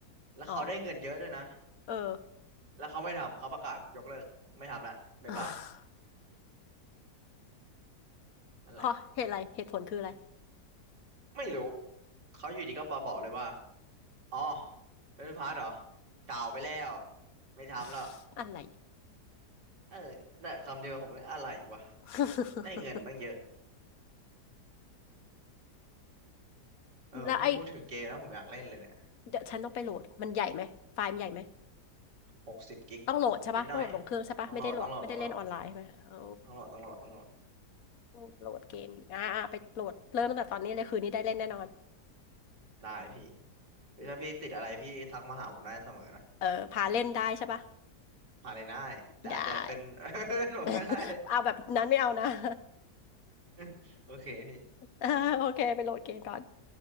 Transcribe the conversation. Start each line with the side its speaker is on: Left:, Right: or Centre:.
Right: แล้วเขาได้เงินเยอะด้วยนะ
Left: อ๋อเออ
Right: แล้วเขาไม่ทำเขาประกาศยกเลิกไม่ทำละบ๊ายบาย
Left: <laughs>
Right: นั่นแหละ
Left: เพราะเหตุอะไรเหตุผลคืออะไร
Right: ไม่รู้เขาอยู่ดีก็มาบอกเลยว่าอ๋อเมดัลพาร์ทเหรอเก่าไปแล้วไม่ทำแล้ว
Left: <laughs> อะไร
Right: เออน่ะคำเดียวผมเลยอะไรวะ
Left: <laughs>
Right: ได้เงินตั้งเยอะเออพี่พูดถึงเกมแล้วผมอยากเล่นเลยเนี่ย
Left: แล้วไอ้เดี๋ยวฉันต้องไปโหลดมันใหญ่ไหมไฟล์มันใหญ่ไหม
Right: หกสิบกิก
Left: ต้องโหลดใช่ปะต้องโหลดลงเครื่องใช่ปะไม่ได้โหลดไม่ได้เล่นออนไลน์ใช่ไหมโอ้
Right: นิดหน่อยต้องโหลดต้องโหลดต้องโหลดต้องโหลดต้องโหลดต้องโหลด
Left: โหลดเกมดีอ่าอ่าไปโหลดเริ่มตั้งแต่ตอนนี้เลยคืนนี้ได้เล่นแน่นอน
Right: ได้พี่เฮ้ยถ้าพี่ติดอะไรพี่ทักมาหาผมได้เสมอนะ
Left: เออพาเล่นได้ใช่ปะ
Right: ผ่านเลยได้ แต่อาจจะเป็น
Left: ได้
Right: <laughs> ผมก็ได้
Left: <laughs> เอาแบบนั้นไม่เอานะ <laughs>
Right: <laughs> โอเคพี่
Left: อ่าโอเคไปโหลดเกมก่อน